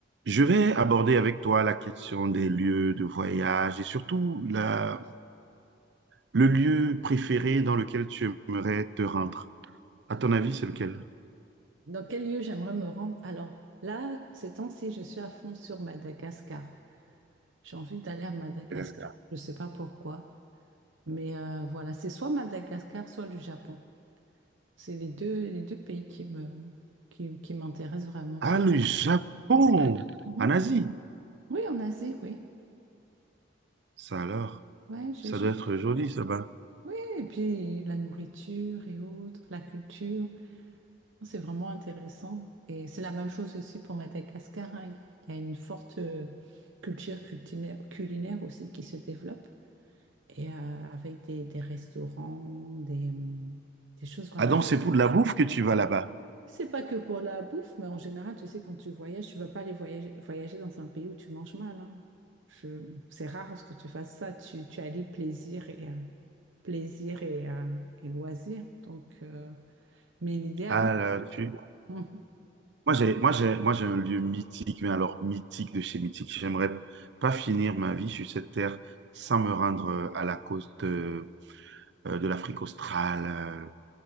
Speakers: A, on the right (about 65°); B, on the right (about 85°).
A: Je vais aborder avec toi la question des lieux de voyage et surtout la- le lieu préféré dans lequel tu aimerais te rendre. À ton avis, c'est lequel?
B: Dans quel lieu j'aimerais me rendre? Alors, là, ces temps-ci, je suis à fond sur Madagascar. J'ai envie d'aller à Madagascar.
A: Madagascar.
B: Je ne sais pas pourquoi. Mais euh, voilà, c'est soit Madagascar, soit le Japon. C'est les deux, les deux pays qui me, qui, qui m'intéressent vraiment.
A: Ah,
B: C'est...
A: le Japon,
B: Mhm.
A: en Asie.
B: Oui, en Asie, oui.
A: Ça alors,
B: Ouais, j'ai,
A: ça
B: je-
A: doit être joli, ça bas.
B: Oui, et puis la nourriture et autres, la culture. C'est vraiment intéressant. Et c'est la même chose aussi pour Madagascar. hein. Il y a il y a une forte euh, culture culinaire, culinaire aussi qui se développe. Et euh, avec des, des restaurants, des, hum, des choses vraiment.
A: Ah donc, c'est pour de la bouffe que tu vas là-bas.
B: C'est pas que pour la bouffe, mais en général, tu sais, quand tu voyages, tu vas pas aller voyager, voyager dans un pays où tu manges mal. hein. Je- C'est rare que tu fasses ça. Tu, tu allies plaisir et, euh, plaisir et, euh, et loisir. Donc, euh, mais l'idéal,
A: Ah là, tu...
B: oui.
A: Moi, j'ai, moi, j'ai, moi, j'ai un lieu mythique, mais alors mythique de chez mythique. J'aimerais pas finir ma vie sur cette terre sans me rendre euh, à la côte euh, euh, de l'Afrique australe, euh,